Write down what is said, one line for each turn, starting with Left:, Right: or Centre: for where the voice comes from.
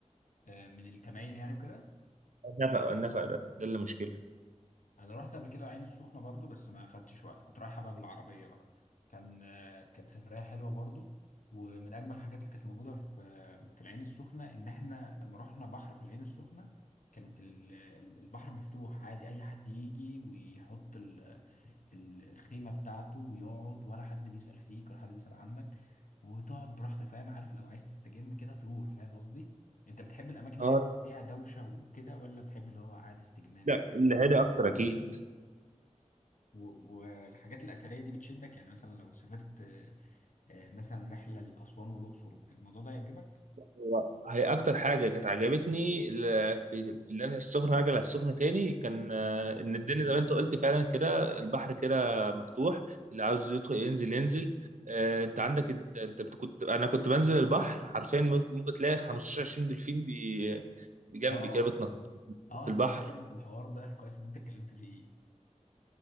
Left: آه، من الكماين يعني وكده
Right: النفق النفق ده ده اللي مشكله
Left: انا رحت قبل كده العين السخنه برضو بس ما اخدتش وقت كنت رايحه بقى بالعربيه بقى كان آه، كانت سفريه حلوه برضو ومن اجمل الحاجات اللي كانت موجوده في آه، في العين السخنه ان احنا لما رحنا بحر في العين السخنه كانت ال- ال- البحر مفتوح عادي اي حد يجي ويحط ال- ال- الخيمه بتاعته ويقعد ولا حد بيسال فيك ولا حد بيسال عنك وتقعد براحتك فاهم عارف لو عايز تستجم كده تروح فاهم قصدي انت بتحب الاماكن اللي
Right: اه
Left: هي بيبقى فيها دوشه وكده ولا بتحب اللي هو قاعد استجمام
Right: لا
Left: كده
Right: اللي هادي اكتر اكيد
Left: و- والحاجات الأثرية دي بتشدك يعني مثلا لو سافرت آه، آه، مثلا رحلة لأسوان والأقصر الموضوع ده يعجبك؟
Right: هو هي اكتر حاجه كانت عجبتني ال- في اللي انا السخنه راجع على السخنه تاني كان آه، ان الدنيا زي ما انت قلت فعلا كده البحر كده مفتوح اللي عاوز يدخل ينزل ينزل آه، انت عندك انت أنت بت- كنت انا كنت بنزل البحر حرفيا ممكن ممكن تلاقي 15 20 دولفين بي- بجنبي
Left: اه
Right: كده بتنط
Left: اه
Right: في
Left: انا
Right: البحر
Left: نسيت اتكلم في الحوار ده كويس ان انت اتكلمت فيه